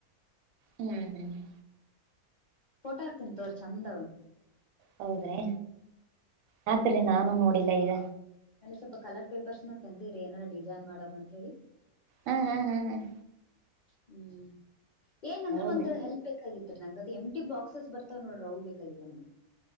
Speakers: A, on the right; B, on the left.
A: ಹ್ಮ್- ಹ್ಮ್-
B: ಫೋಟೋ ಹಾಕ್ತನ್ ತೋರ್ ಚಂದ- ವಾ
A: ಹೌದ್ರಿ ಯಾಕ್ರಿ ನಾನು ನೋಡಿಲ್ಲ ಈಗ
B: ನಾನಗೆ ಸ್ವಲ್ಪ ಕಲರ್ ಪೇಪರ್ಸ್ನ ತಂದಿರರಿ ಏನಾದಾರ ಡಿಸೈನ್ ಮಾಡ ಅಂತ ಹೇಳಿ.
A: ಹ್ಮ್- ಹ್ಮ್ -ಹ್ಮ್ -ಹ್ಮ್-
B: ಹ್ಮ್ -ಏನಂದ್ರರು
A: ಹೌದ್ರಿ
B: ಒಂದು ಹೆಲ್ಪ್ ಬೇಕಾಗಿತ್ತು. ನಂಗ ಅದ ಎಂ- ಟಿ -ಬಾಕ್ಸ್ ಬರ್ತಾವ್ ನೋಡ್ರ ಅವು ಬೇಕಾಗಿವ ನಂಗ್ಗೆ.